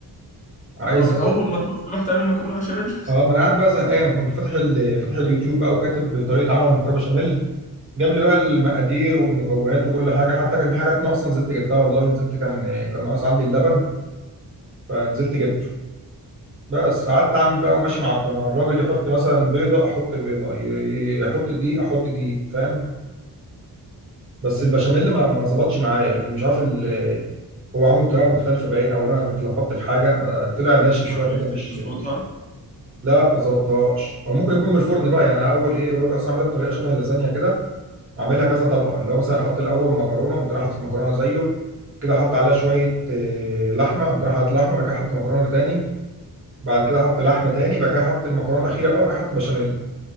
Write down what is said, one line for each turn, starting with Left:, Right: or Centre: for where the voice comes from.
Right: عايز
Left: مك...
Right: أقول-
Left: اول ما تروح تروح تعمل مكرونة بشاميل
Right: اه ما انا قاعد بقى زهقان كنت فاتح ال... فاتح اليوتيوب بقى وكاتب طريقه عمل المكرونه بشاميل جاب لي بقى المقادير والمكونات وكل حاجه حتى كان في حاجات ناقصه نزلت جبتها والله نزلت كان كان ناقص عندي اللبن فنزلت جبته بس قعدت اعمل بقى وماشي مع القناه الراجل يحط مثلا بيضه احط بيضه ي- ي- يحط دقيق احط دقيق فاهم بس البشاميل ما ما ظبطش معايا لان مش عارف ال- هو عامله بطريقه مختلفه باين او انا كنت لخبطت في حاجه بقى طلع
Left: <laughs>
Right: ناشف شويه
Left: ما عرفتش
Right: كده مش
Left: تظبطها
Right: مش لا ما ظبطتهاش او ممكن يكون من الفرن بقى يعني أنا اول ايه الراجل اصلا عاملها بطريقه شبه اللازانيا كده عاملها كذا طبقه اللي هو مثلا حط الاول مكرونه قمت رايح حاطط مكرونه زيه كده حط عليها شويه آه، لحمه قمت رايح حاطط لحمه بعد كده حط مكرونه تاني بعد كده حط لحمه تاني بعد كده حط المكرونه الاخيره بقى وبعد كده حط بشاميل